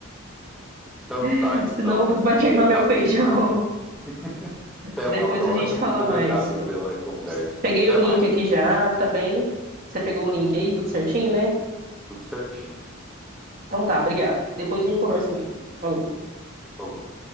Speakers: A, in the centre; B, on the right.
A: Então tá,
B: <laughs>
A: então.
B: Senão vai queimar
A: Legal
B: meu feijão.
A: demais. <laughs> Até
B: Depois
A: uma próxima.
B: a gente fala
A: Muito obrigado
B: mais. Eu
A: pela conversa.
B: peguei
A: Até
B: o link
A: mais.
B: aqui já também. Você pegou o link aí, tudo certinho, né?
A: Tudo certinho.
B: Então tá, obrigado. Depois a gente conversa mais. Falou.
A: Falou.